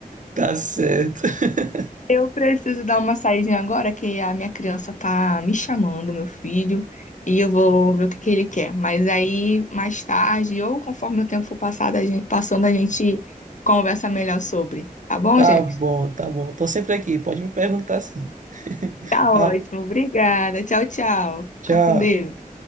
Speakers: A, on the right; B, on the left.
A: Tá certo. <laughs>
B: Eu preciso dar uma saída agora que a minha criança tá me chamando, meu filho, e eu vou ver o que que ele quer. Mas aí mais tarde ou conforme o tempo for passado, a gente, passando, a gente conversa melhor sobre, tá bom,
A: Tá
B: Jeff?
A: bom, tá bom. Tô sempre aqui. Pode me perguntar sim. <laughs>
B: Tá ótimo,
A: Tá,
B: obrigada. Tchau, tchau.
A: tchau.
B: Fica com Deus.